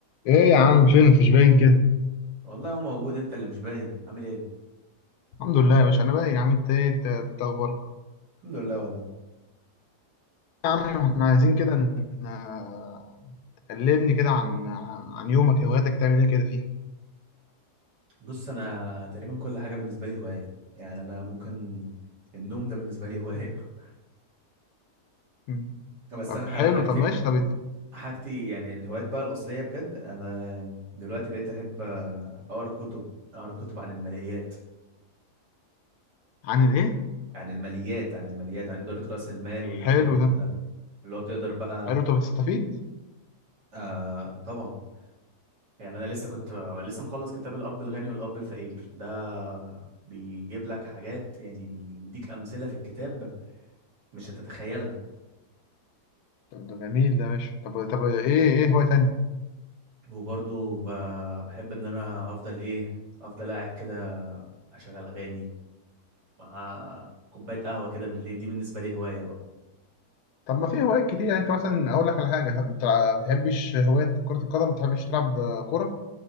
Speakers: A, on the left (about 75°); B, on the right (about 80°).
A: ايه يا عم فينك مش باين كده
B: والله هو موجود انت اللي مش باين عامل ايه
A: الحمد لله يا باشا انا بقى يا عم انت ايه إنت- إنت اخبارك
B: الحمد لله والله
A: يا عم احنا عايزين كده ن- آه، تكلمني كده عن عن يومك هواياتك بتعمل ايه كده فيها
B: بص انا تقريبا كل حاجه بالنسبه لي هوايه يعني انا ممكن النوم ده بالنسبه لي هوايه
A: مم.
B: <laughs> بس
A: طب
B: انا على
A: حلو
B: حاجتي
A: طب ماشي طب
B: حاجتي يعني الهوايات بقى الاصليه بجد انا دلوقتي بقيت احب اقرا كتب اقرا كتب عن الماليات
A: عن الايه
B: عن الماليات عن الماليات عن اداره راس المال والحاجات
A: حلو
B: دي كلها
A: ده
B: اللي هو تقدر بقى
A: حلو طب تستفيد
B: آه طبعا يعني انا لسه كنت لسه مخلص كتاب الاب الغني والاب الفقير ده بيجيب لك حاجات يعني بيديك امثله في الكتاب مش هتتخيلها
A: طب ده جميل ده يا باشا طب طب ايه ايه هواية تانية
B: وبرضه ب... بحب ان انا افضل ايه افضل قاعد كده اشغل اغاني مع كوبايه قهوه كده بالليل دي بالنسبه لي هوايه بقى
A: طب ما في هوايات كتير يعني انت مثلا اقول لك على حاجة بتلع- ما بتحبش هواية كرة القدم ما بتحبش تلعب آه، كرة